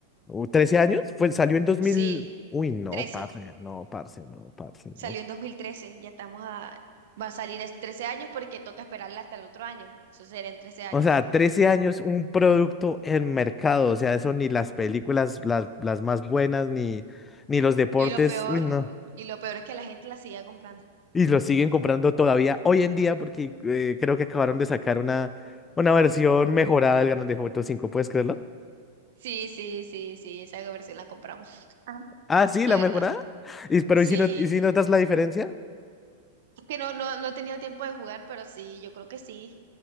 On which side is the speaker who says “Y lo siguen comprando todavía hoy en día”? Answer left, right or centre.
Left